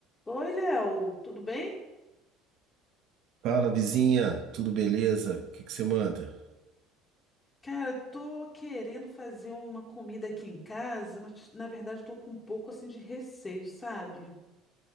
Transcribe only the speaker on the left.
Oi, Léo, tudo bem?
Cara, tô querendo fazer uma comida aqui em casa, mas na verdade eu tô com um pouco assim de receio, sabe?